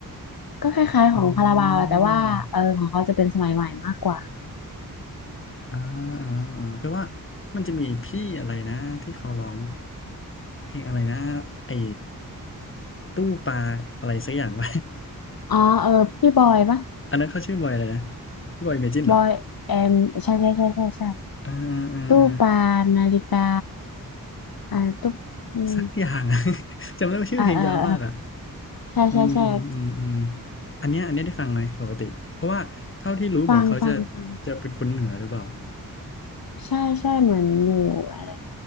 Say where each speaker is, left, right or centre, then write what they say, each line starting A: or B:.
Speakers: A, on the left (about 80°); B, on the left (about 35°).
A: ก็คล้ายๆของคาราบาวอะแต่ว่าเออของเขาจะเป็นสมัยใหม่มากกว่า
B: อืมอ่าอ่าอ่าเพราะว่ามันจะมีพี่อะไรนะที่เขาร้องเพลงอะไรนะไอ้ตู้ปลาอะไรสักอย่างไป
A: อ๋อเออพี่บอยปะ
B: <laughs> อันนั้นเขาชื่อบอยอะไรนะพี่บอยเมจินเหรอ
A: บอยแอมใช่ใช่ใช่ใช่ใช่
B: เออเออเออ
A: ตู้ปลานาฬิกาอ่าตู้อืม
B: สักอย่างอะ <laughs> จำได้ว่าชื่อเพลงยาวมากอ่ะ
A: อ่าเออเออใช่ใช่ใช่
B: อืมอืมอืมอืมอันเนี้ยอันเนี้ยได้ฟังไหมปกติเพราะว่าเท่าที่รู้เหมือนเขาจะ
A: ฟังฟังฟัง
B: จะเป็นคนเหนือหรือเปล่า
A: ใช่ใช่เหมือนอยู่อะไร